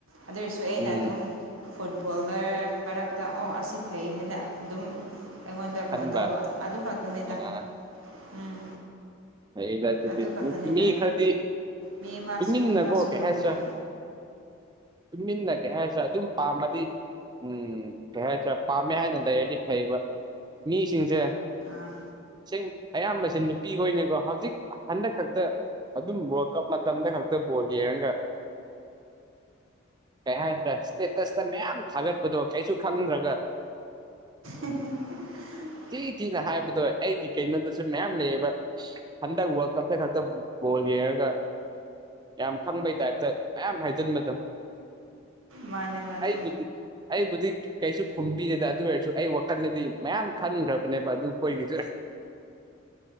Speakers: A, on the right; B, on the right.
A: ꯑꯗꯨꯔꯁꯨ ꯑꯩꯅ
B: ꯎꯝ
A: ꯑꯗꯨꯝ ꯐꯨꯠꯕꯣꯜꯂꯔ ꯃꯔꯛꯇ ꯑꯣ ꯑꯁꯤ ꯐꯩ ꯍꯥꯏꯅ ꯑꯗꯨꯝ ꯑꯩꯉꯣꯟꯗ
B: ꯈꯟꯕ
A: ꯀꯩꯅꯣ ꯇꯧꯕ ꯑꯗꯨ ꯈꯛꯇꯅꯤꯗ
B: ꯑꯥ
A: ꯎꯝ
B: ꯐꯩꯌꯦꯗ ꯑꯗꯨꯗꯤ
A: ꯑꯗꯨ ꯈꯛꯇꯅꯤꯗ
B: ꯃꯤ ꯈꯔꯗꯤ
A: ꯃꯤ ꯑꯃꯁꯨ
B: ꯇꯨꯃꯤꯟꯅꯀꯣ
A: ꯃꯤ ꯑꯃꯁꯨ
B: ꯀꯩ
A: ꯑꯗꯨꯝ
B: ꯍꯥꯏꯁꯦꯔ
A: ꯐꯩꯌꯦ
B: ꯇꯨꯃꯤꯟꯅ ꯀꯩ ꯍꯥꯏꯔꯁꯨ ꯑꯗꯨꯝ ꯄꯥꯝꯃꯗꯤ ꯎꯝ ꯀꯩ ꯍꯥꯏꯁꯦꯔ ꯄꯥꯝꯃꯦ ꯍꯥꯏꯅ ꯂꯩꯔꯗꯤ ꯐꯩꯕ ꯃꯤꯁꯤꯡꯁꯦ
A: ꯑꯥ
B: ꯁꯦꯡ ꯑꯌꯥꯝꯕꯁꯦ ꯅꯨꯄꯤꯈꯣꯏꯅꯤꯀꯣ ꯍꯧꯖꯤꯛ ꯍꯟꯗꯛ ꯈꯛꯇ ꯑꯗꯨꯝ ꯋꯥꯔꯜ ꯀꯞ ꯃꯇꯝꯗ ꯈꯛꯇ ꯕꯣꯜ ꯌꯦꯡꯉꯒ ꯀꯩ ꯍꯥꯏꯁꯦꯔꯥ ꯏꯁꯇꯦꯇꯁꯇ ꯃꯌꯥꯝ ꯊꯥꯒꯠꯄꯗꯣ ꯀꯩꯁꯨ ꯈꯪꯗ꯭ꯔꯒ <inaudible>
A: <unintelligible>
B: ꯊꯤ ꯊꯤꯅ ꯍꯥꯏꯕꯗꯣ ꯑꯩꯒꯤ ꯀꯩꯅꯣꯗꯁꯨ ꯃꯌꯥꯝ ꯂꯩꯌꯦꯕ ꯍꯟꯗꯛ ꯋꯥꯔꯜ ꯀꯞꯇ ꯈꯛꯇ ꯕꯣꯜ ꯌꯦꯡꯉꯒ ꯌꯥꯝ ꯐꯪꯕꯩ ꯇꯥꯏꯞꯇ ꯃꯌꯥꯝ ꯍꯥꯏꯖꯤꯟꯕꯗ
A: ꯃꯥꯅꯦ ꯃꯥꯅꯦ
B: ꯑꯩꯕꯨꯗꯤ ꯑꯩꯕꯨꯗꯤ ꯀꯩꯁꯨ ꯈꯨꯝꯕꯤꯗꯦꯗ ꯑꯗꯨ ꯑꯣꯏꯔꯁꯨ ꯑꯩ ꯋꯥꯈꯜꯗꯗꯤ ꯃꯌꯥꯝ ꯈꯟꯈ꯭ꯔꯕꯅꯦꯕ ꯑꯗꯨ ꯈꯣꯏꯒꯤꯁꯨ